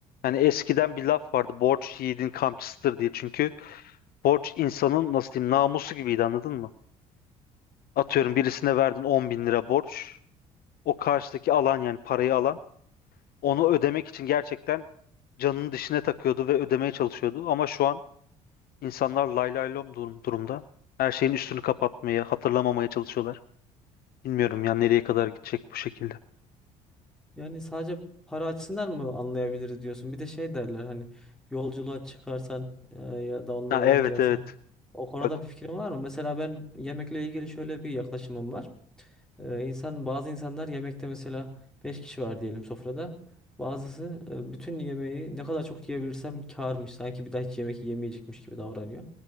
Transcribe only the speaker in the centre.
Yani sadece para açısından mı anlayabiliriz diyorsun. Bir de şey derler hani yolculuğa çıkarsan e, ya da onunla
yemek
yersen.
O konuda
bir fikrin var mı? Mesela ben yemekle ilgili şöyle bir yaklaşımım var. Ee, insan bazı insanlar yemekte mesela 5 kişi var diyelim sofrada. Bazısı e, bütün yemeği ne kadar çok yiyebilirsem kârmış. Sanki bir daha hiç yemek yemeyecekmiş gibi davranıyor.